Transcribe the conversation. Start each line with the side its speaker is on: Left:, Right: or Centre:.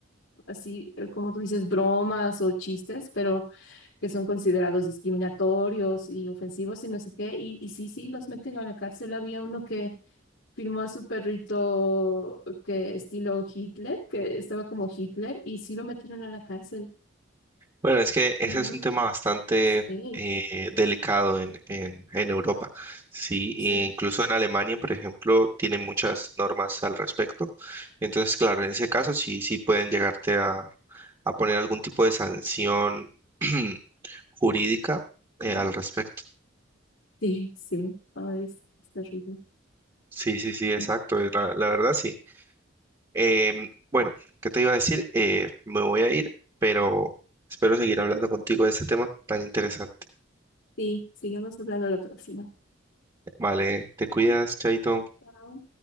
Left: así eh, como tú dices, bromas o chistes, pero que son considerados discriminatorios y ofensivos y no sé qué. Y, y sí, sí, los meten a la cárcel. Había uno que firmó a su perrito eh, que estilo Hitler, que estaba como Hitler, y sí lo metieron a la cárcel.
Right: Bueno, es que ese
Left: Ujú.
Right: es un tema bastante
Left: Sí,
Right: eh, delicado en, en, en Europa, ¿sí?
Left: sí.
Right: E incluso en Alemania, por ejemplo, tienen muchas normas al respecto. Entonces, claro, en ese caso sí, sí pueden llegarte a, a poner algún tipo de sanción <clears throat> jurídica eh,
Left: Mm.
Right: al respecto.
Left: Sí, sí. Ah, es, es terrible.
Right: Sí, sí, sí, exacto,
Left: Mm.
Right: eh, la, la verdad sí. Em, bueno, ¿qué te iba a decir? Eh, me voy a ir, pero espero seguir hablando contigo de este tema tan interesante.
Left: Sí, sigamos hablando la próxima.
Right: Vale, te cuidas,
Left: Ok,
Right: Chaito.
Left: chao.